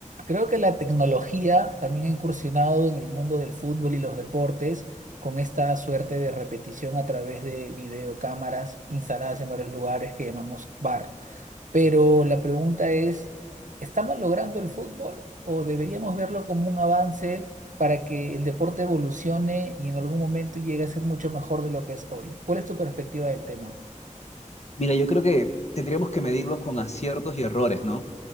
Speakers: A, on the right (about 75°); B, on the left (about 55°).
A: Creo que la tecnología también ha incursionado en el mundo del fútbol y los deportes con esta suerte de repetición a través de videocámaras instaladas en varios lugares que llamamos VAR. Pero la pregunta es, ¿estamos logrando el fútbol o deberíamos verlo como un avance para que el deporte evolucione y en algún momento llegue a ser mucho mejor de lo que es hoy? ¿Cuál es tu perspectiva del tema?
B: Mira, yo creo que tendríamos que medirlos con aciertos y errores, ¿no?